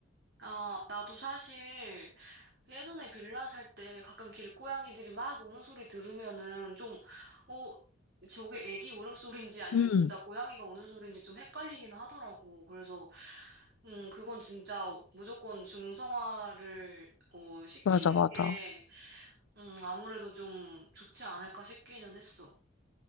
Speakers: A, on the right; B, on the left.
A: 아, 나도 사실, 그 예전에 빌라 살 때 가끔 길고양이들이 막 우는 소리 들으면은 좀, 어, 저게 애기 울음소리인지 아니면
B: 음,
A: 진짜 고양이가 우는 소리인지 좀 헷갈리긴 하더라고. 그래서, 음, 그건 진짜 무조건 중성화를, 어, 시키는
B: 맞아, 맞아.
A: 게, 음, 아무래도 좀 좋지 않을까 싶기는 했어.